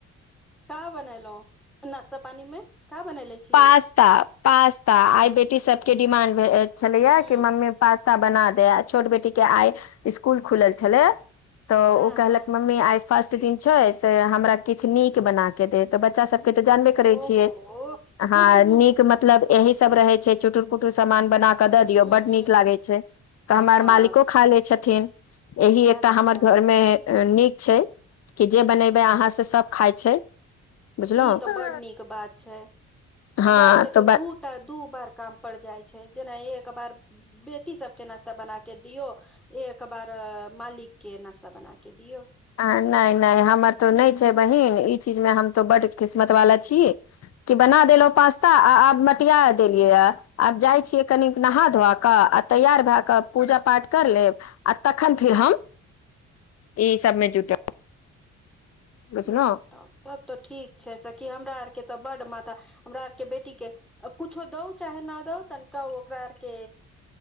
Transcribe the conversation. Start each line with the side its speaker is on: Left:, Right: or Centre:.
Centre: बनेलहुं, नाश्ता पानी मे। का बनले छियै
Left: पास्ता, पास्ता आइ कि सबके डिमांडमे अछि। छलैये
Centre: हू
Left: कि मम्मी पास ता बना दे, छोट बेटी के आइ स्कुल खुलल छलै। त ओ
Centre: हँ
Left: कहलक
Centre: हँ
Left: मम्मी आइ फर्स्ट दिन छै से हमरा किछु नीक बना के देब। त बच्चा सबके त जानबे करै
Centre: ओहो
Left: छियै। हां
Centre: हूँ
Left: नीक मतलब। यही सब रहे छै चुटुर कुटुर सामान बनाक क द दिय
Centre: हूँ
Left: बड निक लगै छै, त हमर
Centre: हँ
Left: मालिको खा लै छथिन। थिन। एहि
Centre: अच्छा
Left: एकटा हमर घर मे नीक छै कि जे बनेबै अहाँ से सब खाय छै। बुझलहुँ
Centre: ई त बड नीक बात छै।
Left: हँ
Centre: हमरा आरके
Left: तऽ
Centre: त
Left: ब-
Centre: दुटा दू बार काम पड़ जाय छै जेना एक बार बेटी सब के नाश्ता बना के दियौ, एक बार मालिक के नाास्ता बना के दियौ।
Left: आ नै नै हमर त नै छै बहिन इ चीज मे हम त बड किस्मत वाला छी कि बना देलहुं पास्ता आ आब मटिया देलियै ये आब जाइ छियै कनि नहा धोआ क आ तैयार भए के पुजा पाठ कर लेब आ तखन फिर हम इ सबमे जुटब बुझलहु
Centre: बताउ, तब त ठीक छै सखि, हमरा आर के के त बड माथा हमरा आर के बेटी के कुछो दऊ चाहे न दउ तनिका ओकरा आर के